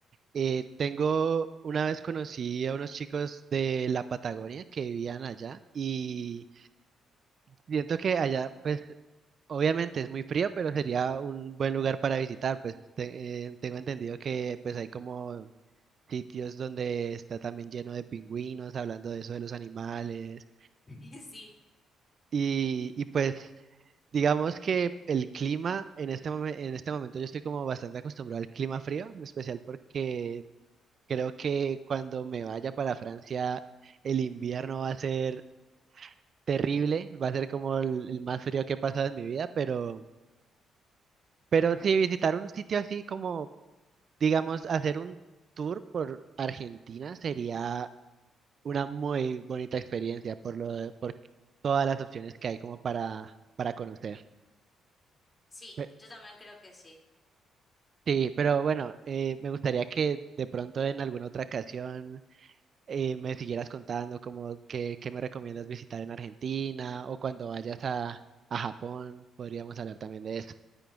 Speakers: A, on the right (about 50°); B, on the left (about 30°).
A: Eh, tengo, una vez conocí a unos chicos de la Patagonia que vivían allá y siento que allá, pues obviamente es muy frío, pero sería un buen lugar para visitar, pues te- eh, tengo entendido que pues hay como sitios donde está también lleno de pingüinos, hablando de eso de los animales
B: Y Sí,
A: y, y pues digamos que el clima en este momen- en este momento yo estoy como bastante acostumbrado al clima frío, en especial porque Creo que cuando me vaya para Francia, el invierno va a ser terrible, va a ser como el, el más frío que he pasado en mi vida, pero, pero sí, visitar un sitio así como, digamos, hacer un tour por Argentina sería una muy bonita experiencia por lo de- por todas las opciones que hay como para, para conocer.
B: sí,
A: Pe-
B: yo también creo que sí.
A: Sí, pero bueno, eh, me gustaría que de pronto en alguna otra ocasión eh, me siguieras contando como qué, qué me recomiendas visitar en Argentina o cuando vayas a, a Japón, podríamos hablar también de eso.